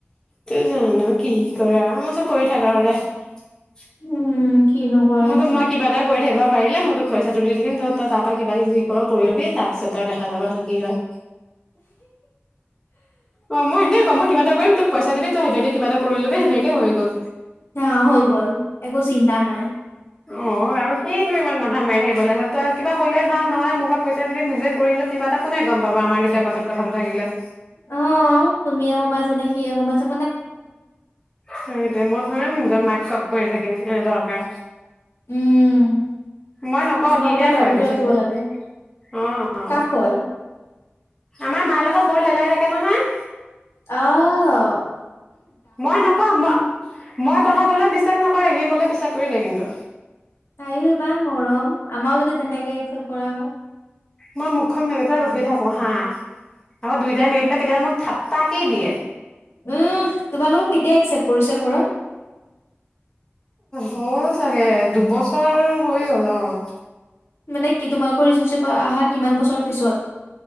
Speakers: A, on the left; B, on the left.
A: তই জানো কি কৰে আৰু মই কৈছো কৰি থাক। <unintelligible>
B: উম'। কিনো কৰে
A: মইচ
B: সি।
A: মই কিবা এটা কৰি <unintelligible> পাৰিলে মই তোক পইচাটো দি থাকম তহ ত পৰা কিবা কি কৰ কৰি ল'বি তাৰপিছত আৰু দেখা যাব তহ কি হয়। অ', মই এটিয়ে কওঁ, মই কিবা এটা কৰিম তোক পইচা দিবিই সিহঁতে কিবাটা কৰি ল'বি তেনেকে হৈ গ'ল।
B: না হৈ গ'ল, একো চিন্তা নাই।
A: অ', আৰু কিনো ইমান মাথা মাৰি আহাকিব তই কিবা হলে ভাল নহ'লে মোৰ পৰা পইচা দি দিম নিজে কৰিলে কিবা এটা কোনে গম পাবা আমাৰ দেউত মাজত কথাটো থাকিলে।
B: অ', তুমিয়ে কমাইছানে সিয়ে কমাইচে।
A: সেইটোৱে মই থৰী না মাক চব কৰি থাকিম এনে দৰকাৰ।
B: উম,
A: মই নকওঁ
B: কিছুমান
A: সিহে
B: কথা প্ৰাইভেটো
A: কয় বেছিকৈ।
B: ৰাখিব লাগে।
A: অ অ
B: কাক কৈ?
A: আমাৰ মাৰ লগত বৰ লেলাই থাকে নহয়।
B: অ'।
A: মই নকওঁ, মই-মই কথা কলে বিশ্বাস নকৰে সি কলে বিশ্বাস কৰি দিয়ে কিন্তু।
B: তায়ও ইমান মৰম, আমাৰও যদি তেনেকে একচেপ্ট কৰা হয়।
A: মই মুখখন মেলি পেলাই ৰখি থাকো হা, আকৌ দুইটাই মেলি পেলাই কেতিয়াবা মোক থ তাকি দিয়ে।
B: উম', তোমালোকৰ কেতিয়া একছেপ পৰিছে ঘৰত?
A: হ'ল চাগে দুবছৰ হৈ গ'ল অ'।
B: মানে কি তোমালোকৰ ৰিচনশ্বিপ আহা কিমান বছৰৰ পিছত?